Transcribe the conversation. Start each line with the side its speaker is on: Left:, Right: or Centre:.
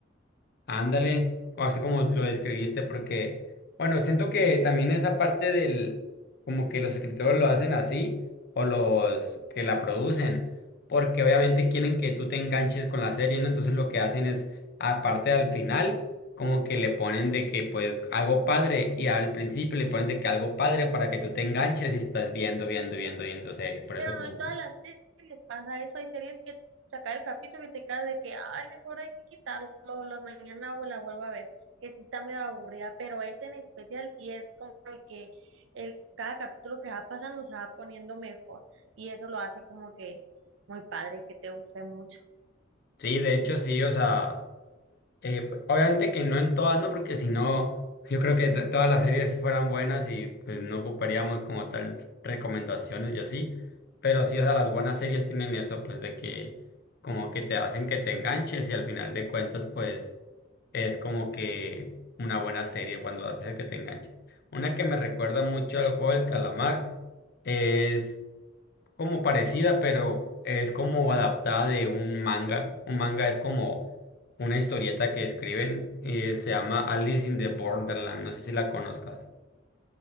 Left: Ándale, o así como lo describiste, porque, bueno, siento que también esa parte del, como que los escritores lo hacen así, o los que la producen, porque obviamente quieren que tú te enganches con la serie, ¿no? Entonces lo que hacen es, aparte al final, como que le ponen de que, pues, algo padre, y al principio le ponen de que algo padre para que tú te enganches y estás viendo, viendo, viendo, viendo series. Por
Right: Pero
Left: eso como,
Right: no en todas las series pasa eso. Hay series que saca el capítulo y te quedas de que, ay, mejor hay que quitarlo, la mañana o la vuelvo a ver, que sí está medio aburrida, pero ese en especial sí es como de que el, cada capítulo que va pasando se va poniendo mejor y eso lo hace como que muy padre, que te guste mucho.
Left: sí, de hecho sí, o sea... Eh, pues, obviamente que no en todas, ¿no? Porque si no, yo creo que to- todas las series fueran buenas y pues no ocuparíamos como tal recomendaciones y así. Pero sí, o sea, las buenas series tienen eso, pues de que como que te hacen que te enganches y al final de cuentas, pues es como que una buena serie cuando hace que te enganches. Una que me recuerda mucho al juego del calamar es como parecida, pero es como adaptada de un manga. Un manga es como una historieta que escriben y se llama Alice in the Borderland. No sé si la conozcas.